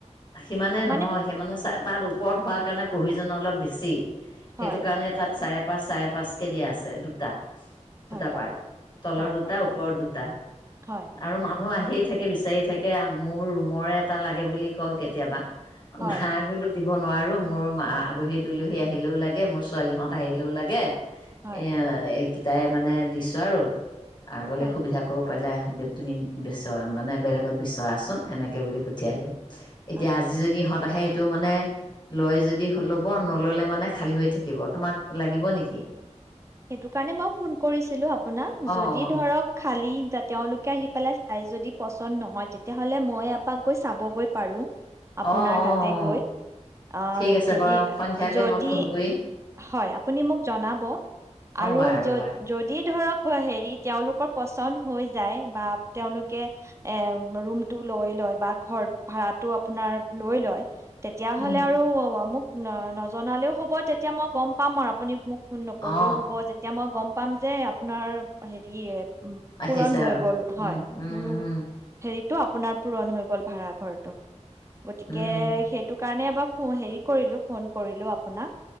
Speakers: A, on the left; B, on the right.
A: সিমানে নহয়,
B: মানে
A: সিমানে চায় তাত ওপৰত হোৱাৰ কাৰণে, প্ৰয়োজন অলপ বেছি সেইটো
B: হয়,
A: কাৰণে, তাত চাৰে তাপা চাৰে পাঁচ কেজি আছে দুটা। দুটা
B: হয়, হয়,
A: পাৰ্ট। তলৰ
B: হয়,
A: দুটা,
B: হয়,
A: ওপৰত দুটা
B: হয়,
A: আৰু মা মানু্হ আহিয়ে থাকে, বিচাৰি থাকে মোৰ ৰুম মোৰে এটা লাগে বুলি কয় কেতিয়াবা।
B: হয়,
A: নাই বুলি দি দিব নোৱাৰোঁ, মোৰ আলহী-দুলহী আহিলেও লাগে, মোৰ ছোৱালীহঁত আহিলেও লাগে।
B: হয়,
A: এয়া <unintelligible> তাই মানে দিছো আৰু আগলে
B: হয়,
A: সুবিধা ক পেলাই তুমি বিচৰা মানে বেলেগত বিচৰাচোন এনে কে বুলি পঠিয়াই দিওঁ। এতিয়া
B: আচ্ছা।
A: আজি যদি ইহঁত আহে টো মানে লৈ যদি ল'ব নললে মানে খালী হৈ থাকিব। তোমাক লাগিব নিকি?
B: সেইটো কাৰণে মই ফোন কৰিছিলো আ আপোনাক
A: অঁ
B: যদি
A: অঁ
B: ধৰক খালী তেওঁলোকে আহি পেলাই তাই যদি পচন্দ নহয় তেতিয়াহলে মই এপাক গৈ চাবগৈ পাৰো। আপোনাৰ
A: অঁ অঁ
B: তাতে
A: অঁ
B: গৈ, আহ
A: ঠিক আছে
B: যদি,
A: বাৰু সন্ধিয়ালৈ
B: যদি
A: মই ফোন কৰি
B: হয় আপুনি মোক জনাব।
A: অ
B: আৰু
A: বাৰু
B: য
A: বাৰু
B: যদি ধৰক হেৰি তেওঁলোকৰ পচন্দ হৈ যায়, বা তেওঁলোকে এ ৰুমটো লৈ লয় বা ঘৰ ভাৰাটো আপোনাৰ লৈ লয় তেতিয়া
A: উম
B: হ'লে আৰু মোক ন নজনালেও হ'ব তেতিয়া মই গম পাম আৰু আপুনি মোক ফোন কৰিলেও
A: অ
B: হ'ব যেতিয়া মই গম পাম যে আপোনাৰ হেৰি উম
A: আহিছে
B: পূৰণ হৈ
A: আৰু
B: গ'ল হয়
A: উম উম
B: মোৰ
A: উম
B: হেৰি তো আপোনাৰ পূৰণ হৈ গ'ল ভাড়া ঘৰটো। গতিকে
A: উম
B: সেইটো কাৰণে এবাৰ, হেৰি কৰিলো ফোন কৰিলো আপোনাক।